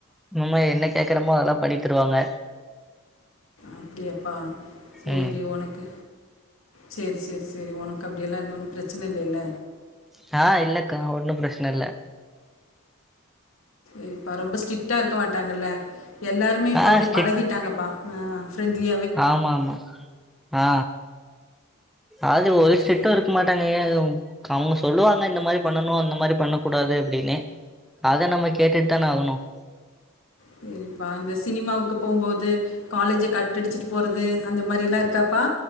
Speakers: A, in the centre; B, on the left (about 70°).
A: நம்ம என்ன கேக்கறமோ அதெல்லா பனித்தருவாங்க
B: அப்டியாப்பா சேரி
A: ம்
B: ஒனக்கு செர் செர் செரி உனக்கு அப்டியெல்லா இந்த ஒன்னு ப்ரச்சின இல்லேல்ல
A: சா இல்லக்கா ஒன்னு ப்ரஷ்னல்ல
B: எரிப்பா ரொம்ப ஸ்டிட்டா இருக்க வாட்டாங்கல்ல எல்லாருமே இப்ப
A: ஆ
B: அப்டி
A: ஸ்டிட்
B: பழகிட்டாங்கப்பா ஆ ஃப்ரெண்ட்லி
A: ஆமா ஆமா ஆ அது ஒரு
B: சேரி
A: செட்டும் இருக்கு மா தனியா எழுதுவோம் அவுங்க சொல்லுவாங்க இந்த மாரி பண்ணணும் அந்த மாரி பண்ணக் கூடாது அப்டின்னு அத நம்ம கேட்டுட்டு தானே ஆகணும்
B: சேரிப்பா அந்த சினிமாவுக்கு போம்போது காலேஜ்ஜ கட்ட அடிச்சிட்டு போறது அந்த மாரிலா இருக்காப்பா